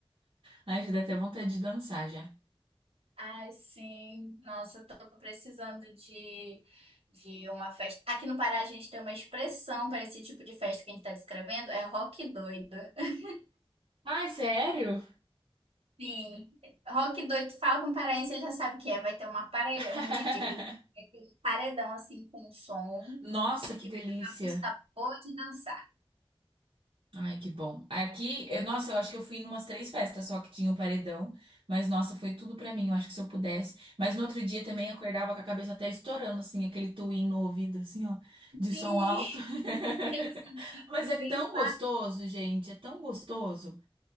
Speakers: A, on the right; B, on the right.
A: Ai, já dá até vontade de dançar já.
B: Ai, sim. Nossa, eu tô precisando de, de uma festa. Aqui no Pará a gente tem uma expressão para esse tipo de festa que a gente tá descrevendo, é rock doido. <laughs>
A: Ai, sério?
B: Sim. Rock doido, tu fala com um paraense, ele já sabe o que é. Vai ter uma pare...
A: <laughs>
B: um DJ, um paredão assim com som,
A: Nossa, que
B: que
A: delícia.
B: vai tocar música boa de dançar.
A: Ai, que bom. Aqui, eu, nossa, eu acho que eu fui em umas três festas só que tinha o paredão, mas nossa, foi tudo pra mim. Eu acho que se eu pudesse. Mas no outro dia também acordava com a cabeça até estourando, assim, aquele tuim no ouvido, assim, ó, de
B: Sim,
A: som alto.
B: <laughs>
A: <laughs>
B: aqueles sentidos
A: Mas é tão
B: bem fa-
A: gostoso, gente, é tão gostoso.